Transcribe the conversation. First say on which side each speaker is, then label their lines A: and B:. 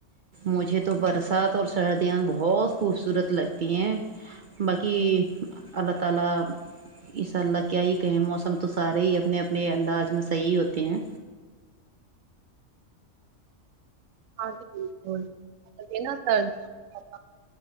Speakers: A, on the right; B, on the right.
A: مجھے تو برسات اور سردیاں بہت خوبصورت لگتی ہیں باقی اللہ تعا لی اسساء اللہ کیا ہی کہیں موسم تو سارے ہی اپنے اپنے انداز میں صحیح ہوتے ہیں
B: ہاں جی بالک سردیوں <unintelligible> مم